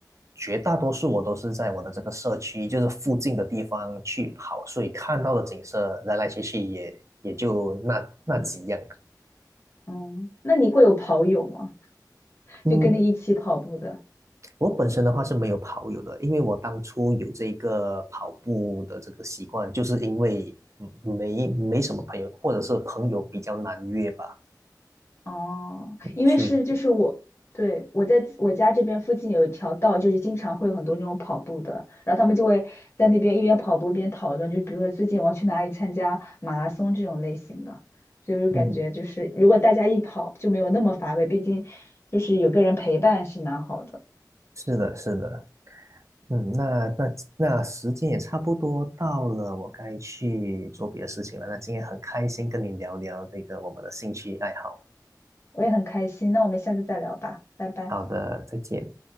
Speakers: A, on the right; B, on the left.
A: 绝大多数我都是在我的这个社区，就是附近的地方去跑，所以看到的景色来来去去也也就那那几样。
B: 嗯，那你会有跑友吗？
A: 嗯，
B: 就跟你一起跑步的？
A: 我本身的话是没有跑友的，因为我当初有这个跑步的这个习惯，就是因为嗯没没什么朋友，或者是朋友比较难约吧，
B: 哦，因为是就是我，
A: 所以
B: 对，我在我家这边附近有一条道，就是经常会有很多那种跑步的，然后他们就会在那边一边跑步一边讨论，就比如说最近我要去哪里参加马拉松这种类型的，所以我就感觉就是如果大家一跑就没有那么乏味，
A: 嗯
B: 毕竟就是有个人陪伴是蛮好的。
A: 是的是的。嗯，那那那时间也差不多到了，我该去做别的事情了。那今天很开心跟你聊聊这个我们的兴趣爱好。
B: 我也很开心。那我们下次再聊吧，拜拜。
A: 好的，再见。